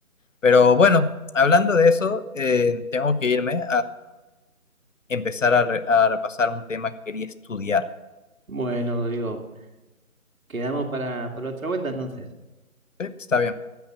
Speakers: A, on the left; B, on the right.
A: Pero bueno, hablando de eso, eh, tengo que irme empezar a, re- a repasar un tema que quería estudiar.
B: Bueno, Rodrigo, quedamos para, para otra vuelta entonces.
A: Sí, Está bien.